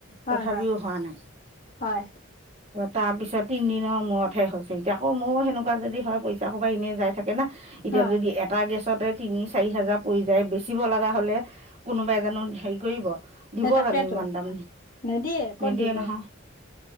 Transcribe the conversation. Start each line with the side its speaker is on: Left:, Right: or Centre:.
Left: হয়
Right: তথাপিও হোৱা নাই
Left: হয়
Right: তাৰ পিছত তিনদিনৰ মূৰতহে হৈছে এতিয়া আকৌ মোৰ সেনেকুৱা যদি হয় পইচা সোপা এনেই যাই থাকে না এতিয়া
Left: হয়
Right: যদি এ এটা গেছতে তিনি চাৰি হাজাৰ পৰি যায় বেচিব লগা হ'লে কোনোবাই জানো হেৰি কৰিব দিব
Left: সেই তাকেতো
Right: জানো ইমান দাম
Left: নিদিয়ে ক'ত
Right: নিদিয়ে
Left: দিব
Right: নহয়